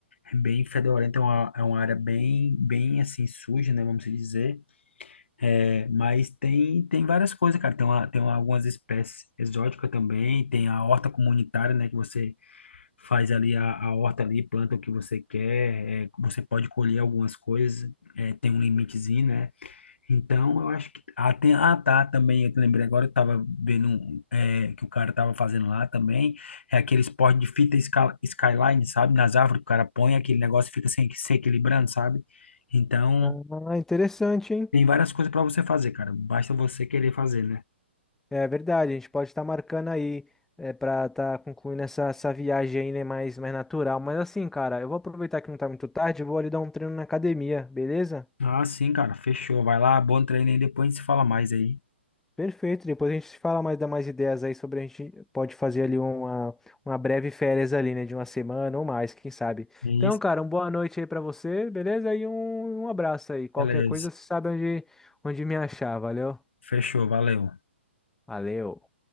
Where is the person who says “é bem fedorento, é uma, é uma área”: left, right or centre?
Left